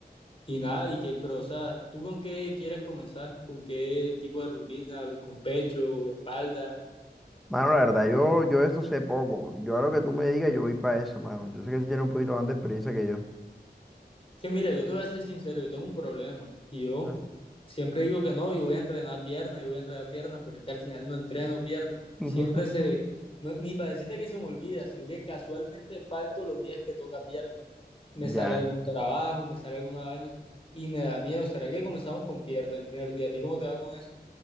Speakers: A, on the left; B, in the centre.
A: y nada, y que, pero, o sea, ¿tú con qué quieres comenzar? ¿Con qué tipo de rutina? ¿Con pecho, espalda?
B: Mano, la verdad, yo, yo de eso sé poco. Yo a lo que tú me digas, yo voy para eso, mano. Yo sé que tú tienes un poquito más de experiencia que yo.
A: Que mira, yo te voy a ser sincero, yo tengo un problema. Y yo
B: Ah,
A: siempre digo que no, yo voy a entrenar pierna, yo voy a entrenar pierna, pero es que al final no entreno pierna.
B: <laughs>
A: Siempre se, no, ni para decirte que se me olvida, sino que casualmente falto los días que toca pierna. me
B: Ya.
A: sale algún trabajo, me sale alguna vaina y me da miedo. ¿Será que comenzamos con pierna el primer día? ¿A ti cómo te va con eso?